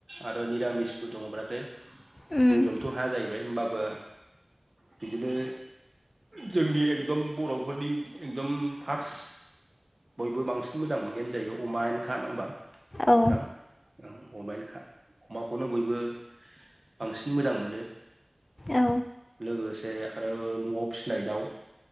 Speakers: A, on the right; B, on the left.
A: आरो निरामिसबो दङब्लाथाय
B: उम
A: बुंजोबथ' हाया जाहैबाय होमबाबो। बिदिनो जोंनि। दम बर'फोरनि एकदम फार्स बयबो बांसिन मोजां मोनायानो जाहैबाय। अमायेनखा हबा
B: औ
A: नोंथां औ अमायेनखा। अमाखौनो बयबो बांसिन मोजां मोनो।
B: औ
A: लोगोसे आरो न'आव फिसिनाय दाउ